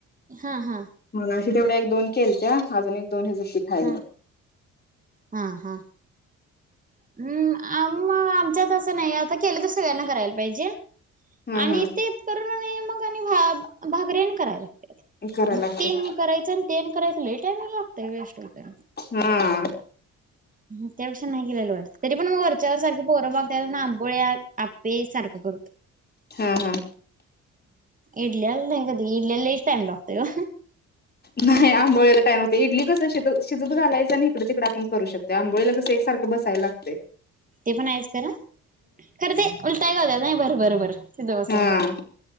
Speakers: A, on the right; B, on the left.
A: हा हा
B: मगाशी तेवढ्या एक दोन केलत्या. अजून एक दोन ह्याज पीठ आहे
A: हं
B: मग
A: हा हा हम्म, आम म आमच्यात असं नाय, आता केलं त सगळ्यांना करायला पाहिजे.
B: हा
A: आणि
B: हा
A: तेत करून आणि मग आणि भा भाकरी आणि करायला लागत्यात.
B: करायला
A: मग
B: लागतात
A: ते आणि करायचं आणि ते आणि करायचं लय टाईम लागतय वेस्ट होतय.
B: हा
A: त्यापेक्षा नाय केलेला वाटत, तरी पण म वरच्यावर सारखे पोहर बघात्यात आंबोळ्या, आपे सारखं कर
B: हा हा
A: इडल्यालं नाही कधी, इडल्यालं लईच टाईम लागतोया.
B: नाही. आंबोळला टाइम होते. इडली कसं शत शिजत घालायच. आणि इकड तिकड आपण करू शक त्या आंबोळीला कसं एक सारखं बसायला लागतय.
A: एकोणावीस करा हा, खरं ते उलटाय <unintelligible> नाय, बरं बरं बरं, तिद बसन
B: हा